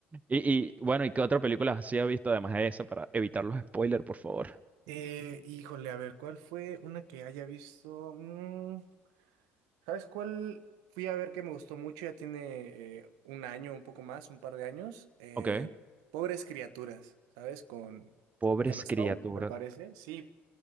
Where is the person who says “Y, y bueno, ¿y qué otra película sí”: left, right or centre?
Right